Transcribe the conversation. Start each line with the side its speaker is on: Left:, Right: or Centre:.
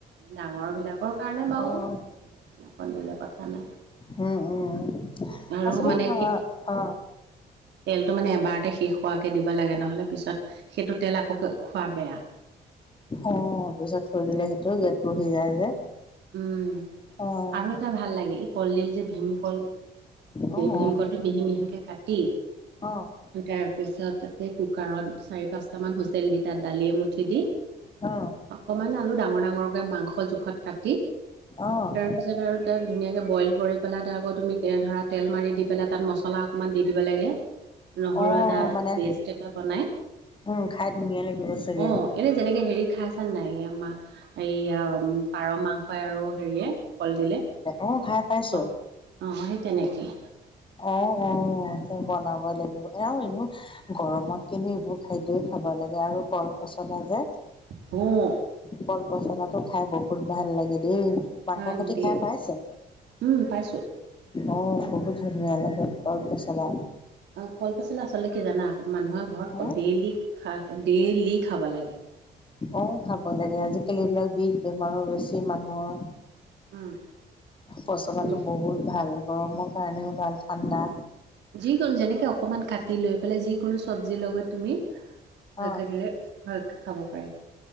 Right: ডাঙৰ বিলাকৰ কাৰণে বাৰু।
Left: অ',
Right: কলডিলৰ কথা নাই।
Left: উম, উম,
Right: আৰু
Left: আচলতে
Right: মানে
Left: নহয়,
Right: কি
Left: অ'।
Right: তেলটো মানে এবাৰতে শেষ হোৱাকে দিব লাগে, নহ'লে পিছত, সেইটো তেল আকৌ খোৱা বেয়া।
Left: অ', পিছত থৈ দিলে সেইটো, গেট বহি যায় যে।
Right: উম,
Left: অ',
Right: আৰু এটা ভাল লাগে, কলডিল যে, ভীমকল।
Left: অ',
Right: ভীমকলটো মিহি মিহিকে কাটি
Left: অ',
Right: তাৰপিছত তাতে কুকাৰত চাৰি-পাঁচটামান হুইচেল দি তাত দালিয়ে মুঠি দি
Left: অ।
Right: অকমান আলু ডাঙৰ ডাঙৰকে মাংস জোখত কাটি,
Left: অ',
Right: তাৰপিছত তাৰপিছত আৰু তাত ধুনীয়াকে বইল কৰি পেলাই তাত আকৌ তুমি ধৰা তেল মাৰি দি পেলাই তাত মছলা অকণমান দি দিব লাগে। নহৰু
Left: অ',
Right: আদা
Left: মানে
Right: পেষ্ট এটা বনাই,
Left: উম, খাই ধুনীয়া লাগিব চাগে
Right: অ এনে যেনেকে হেৰি খাই আছা নাই? এই মা এয়া পাৰ মাংসই আৰু হেৰিয়ে। কলডিলে,
Left: অ', খাই পাইছো।
Right: অঁ অঁ সেই তেনেকেই।
Left: অ অ তো বনাব লাগিব আৰু এনেও গৰমত কিন্তু এইবোৰ খাদ্যই খাব লাগে আৰু কল পচলা যে
Right: হম।
Left: কল পচলাটো খাই বহুত ভাল লাগে দেই। মাংস
Right: নাই
Left: সতি
Right: দে
Left: খাই পাইছে?
Right: উম পাইছোঁ
Left: অ বহুত ধুনীয়া লাগে কল পচলা।
Right: অ কলপচলা আচলতে কি জানা মানুহৰ ঘৰত
Left: অ',
Right: খ ডেইলি খাই ডেইলি খাব লাগে।
Left: অ খাব লাগে আজিকালি এইবিলাক বিষ বেমাৰো বেছি মানুহৰ।
Right: উম
Left: পচলাটো
Right: বিষ
Left: বহুত ভাল গৰমৰ কাৰণেও ভাল ঠাণ্ডা।
Right: যিকন যেনেকে অকণমান কাটি লৈ পেলাই যিকোনো চব্জিৰ লগত তুমি ভালকে
Left: অ',
Right: দিলে, ভালকে খাব পাৰি।